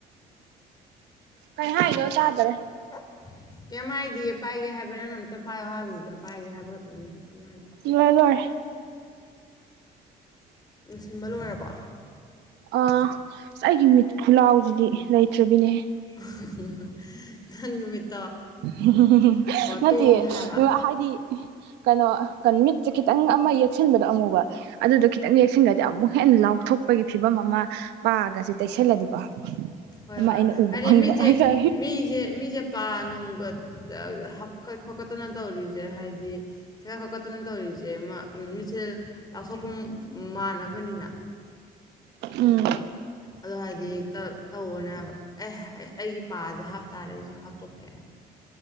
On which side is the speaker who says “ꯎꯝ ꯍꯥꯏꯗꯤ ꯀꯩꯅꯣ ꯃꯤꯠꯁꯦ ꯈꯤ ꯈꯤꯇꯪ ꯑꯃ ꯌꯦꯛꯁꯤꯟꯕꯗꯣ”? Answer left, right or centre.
Right